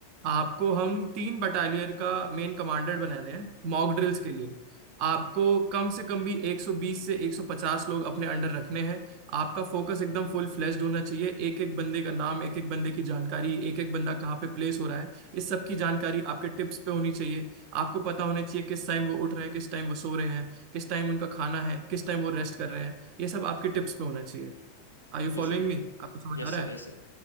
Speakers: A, on the right; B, on the left.
A: आपको हम तीन बटालियर का मेन कमांडर बना रहे हैं मॉक ड्रिल्स के लिए आपको कम से कम भी 120 से 150 लोग अपने अंडर रखने हैं आपका फोकस एकदम फुल फ्लेश्ड होना चाहिए एक एक बंदे का नाम एक एक बंदे की जानकारी एक एक बंदा कहाँ पे प्लेस हो रहा है इस सब की जानकारी आपके टिप्स पे होनी चाहिए आपको पता होना चाहिए किस टाइम वो उठ रहे हैं किस टाइम वो सो रहे हैं किस टाइम उनका खाना है किस टाइम वो रेस्ट कर रहे हैं ये सब आपके टिप्स पे होना चाहिए Are you
B: Okay
A: following
B: sir
A: me आपको समझ
B: Yes
A: आ रहा
B: sir
A: है
B: Yes sir